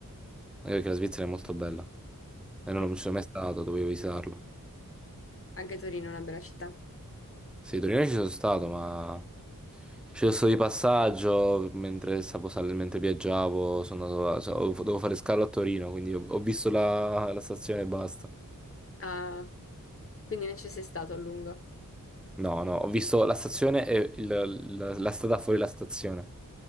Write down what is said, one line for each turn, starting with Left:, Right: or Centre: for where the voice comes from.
Centre: Anche perché la Svizzera è molto bella. E non
Left: mm,
Centre: non ci sono mai stato, dovevo visitarlo.
Left: anche Torino è una bella città.
Centre: Sì, Torino ci sono stato, ma ci sono stato di passaggio mentre, stavo sal- mentre viaggiavo, sono andato a- so- ho- dovevo fare scalo a Torino, quindi ho, ho visto la, la stazione e basta.
Left: Ah, quindi non ci sei stato a lungo.
Centre: No, no, ho visto la stazione e il- la, la strada fuori la stazione. Ho